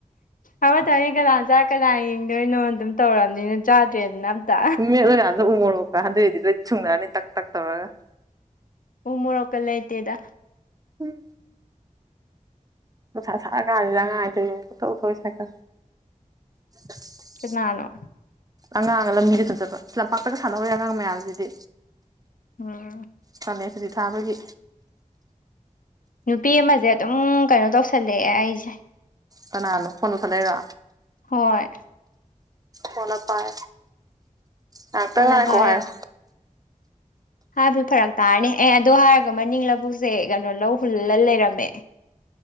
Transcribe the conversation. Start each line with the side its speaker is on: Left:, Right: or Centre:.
Left: ꯑꯃꯠꯇꯅꯤ ꯀꯅꯥ ꯆ ꯀꯅꯥ ꯌꯦꯡꯗꯣꯏꯅꯣ ꯑꯗꯨꯝ ꯇꯧꯔꯕꯔꯕꯅꯤꯅ ꯆꯥꯗ꯭ꯔꯦꯗꯅ ꯑꯝꯇ
Right: ꯑ ꯑꯗꯨꯣ <unintelligible> ꯀꯗꯣꯏꯗꯣꯏ ꯁꯨꯡꯅꯅꯤ ꯇꯛ ꯇꯛ ꯇꯧꯒ
Left: ꯎ ꯃꯣꯔꯣꯛꯀ ꯂꯩꯇꯦꯗ
Right: ꯎꯝ ꯅꯨꯡꯁꯥ ꯁꯥꯔꯀꯟꯁꯤꯗꯥ ꯑꯉꯥꯡ ꯑꯅꯤ ꯇꯧꯁꯤ ꯌꯦꯡꯉꯨꯅꯦ ꯄꯥꯡꯊꯧ ꯊꯧꯏ ꯁꯥꯏꯀꯜ <unintelligible>
Left: ꯀꯅꯥꯅꯣ?
Right: ꯑꯉꯥꯡꯒ ꯂꯝꯕꯤꯗꯁꯨꯨꯝ ꯆꯠꯄꯥ ꯂꯝꯄꯥꯛꯇꯒ ꯁꯥꯟꯅꯧꯍꯧꯔꯤ ꯑꯉꯥꯡ ꯃꯌꯥꯝꯁꯤꯗꯤ
Left: ꯎꯝ
Right: ꯀꯥꯂꯟ ꯁꯨꯇꯤ ꯊꯥꯕꯒꯤ
Left: ꯅꯨꯄꯤ ꯑꯃꯖꯦ ꯑꯗꯨꯝ ꯀꯩꯅꯣ ꯇꯧꯁꯜꯂꯛꯑꯦ ꯑꯩꯁꯦ
Right: ꯀꯟꯅꯥꯅꯣ ꯐꯣꯟ ꯇꯧꯁꯟ ꯂꯛꯏꯔꯣ?
Left: ꯍꯣꯏ
Right: ꯀꯣꯟꯅ ꯄꯥꯏ ꯉꯛꯇꯛ
Left: ꯀꯣꯟꯅ
Right: ꯉꯥꯏꯈꯣ
Left: ꯄꯥꯏꯔ
Right: ꯍꯥꯏꯌꯣ
Left: ꯍꯥꯏꯕ ꯐꯔꯛ ꯇꯥꯔꯅꯤ ꯑꯦ ꯑꯗꯨ ꯍꯥꯏꯔꯒ ꯃꯅꯤꯡ ꯂꯧꯕꯨꯛꯁꯦ ꯀꯩꯅꯣ ꯂꯧ ꯍꯨꯜꯂꯥ ꯂꯩꯔꯝꯃꯦ